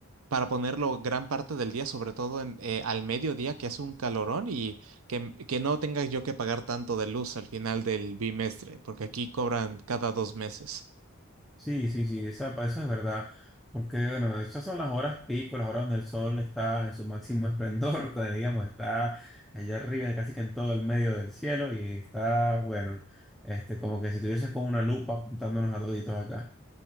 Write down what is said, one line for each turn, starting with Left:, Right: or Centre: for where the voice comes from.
Right: para ponerlo gran parte del día, sobre todo en, eh, al mediodía, que hace un calorón y que, que no tenga yo que pagar tanto de luz al final del bimestre, porque aquí cobran cada dos meses.
Centre: Sí, sí, sí, esa, eso es verdad, porque bueno, esas son las horas pico, las horas donde el sol está en su máximo esplendor, <laughs> que digamos, está allá arriba, casi que en todo el medio del cielo, y está, bueno, este, como que si tuvieses con una lupa apuntándonos a toditos acá.